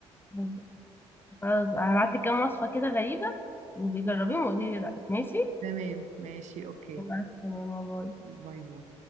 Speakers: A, on the left; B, on the right.
A: بالظبط خلاص بقى هبعت لك كام وصفه كده غريبه وبيجربيهم وقولي لي رايك ماشي
B: تمام ماشي اوكي
A: مع السلامه باي
B: باي باي